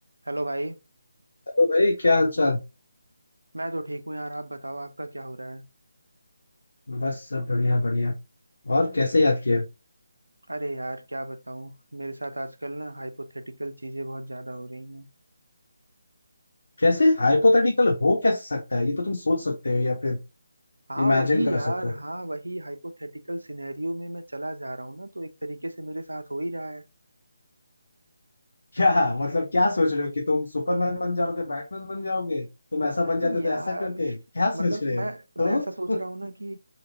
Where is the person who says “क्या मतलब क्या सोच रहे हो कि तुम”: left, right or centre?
Left